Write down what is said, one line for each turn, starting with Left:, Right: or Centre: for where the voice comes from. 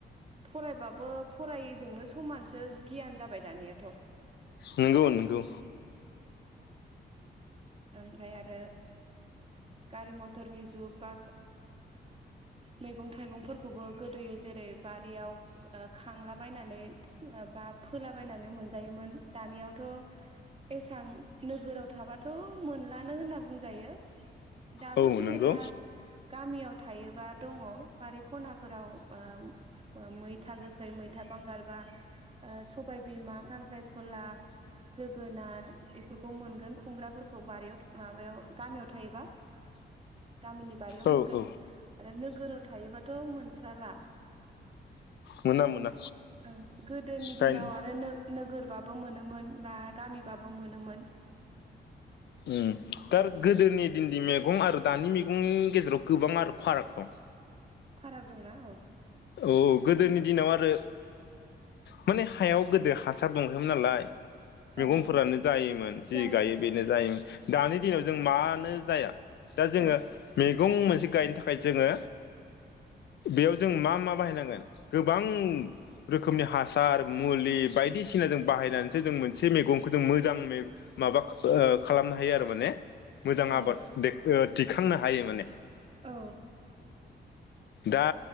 Right: फरायबाबो फरायिजोंनो समानसो गियान जाबाय दानियाथ'।
Left: नोंगौ नोंगौ।
Right: ओमफाय आरो। गारि मथरनि जुग बा मैगं थाइगंफोरखौबो गोदोयो जेरै बारियाव खांलाबायनानै बा फोलाबायनानै मोनजायोमोन दानियावथ' एसां नोगोराव थाबाथ' मोनलानो होनना बुंजायो। दाबो
Left: औ
Right: जेनेबा।
Left: नंगौ
Right: गामियाव थायोबा। दङ बारि खनाफोराव ओं मैथा गोखै मैथ मैथा बांगाल बा ओं। सबाय बिमा खांख्रायख खला जोगोनार एफोरखौ मोनगोन खुमब्राफोरखौ बारियाव था माबायाव गामियाव थायोबा। गामिनि बारियाव
Left: औ
Right: मोनगोन
Left: औ
Right: आरो नोगोराव थायोबाथ' मोनस जाला।
Left: मोना मोना
Right: ओं गोदोनि
Left: गायनो
Right: दिनाव आरो नोंग नोगोरबाबो मोनोमोन बा गामिबाबो मोनोमोन।
Left: ओं दार गोदोनि दिनदि मेगं आरो दानि मैगंनि गेजेराव गोबां आरो फाराग दं।
Right: फाराग दंना औ।
Left: औ गोदोनि दिनाव आरो माने हायाव गोदो हासार दंखायोमोन नालाय। मैगंफोरानो
Right: ओं
Left: जायोमोन जि
Right: जायोमोन
Left: गायो बेनो
Right: औ
Left: जायोमोन दानि दिनाव जों मानो जाया? दा जोङो
Right: औ
Left: मैगं मोनसे गायनो थाखाय थाखाय जोङो बेयाव जों मा मा बाहायनांगोन गोबां रोखोमनि हासार मुलि बायदिसिना जों बाहायनानैसो जों मोनसे मैगंखौ जों मोजां माबा खालामनो हायो आरो माने मोजां
Right: औ
Left: आबाद दिखांनो हायो माने।
Right: औ
Left: दा